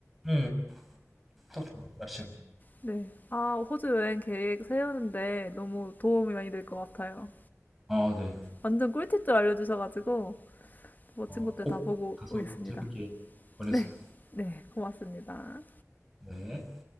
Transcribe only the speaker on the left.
네 아 호주 여행 계획 세우는데 너무 도움이 많이 될 것 같아요
완전 꿀팁들 알려주셔가지고 멋진
것들
다 보고
오겠습니다
네 네, 고맙습니다.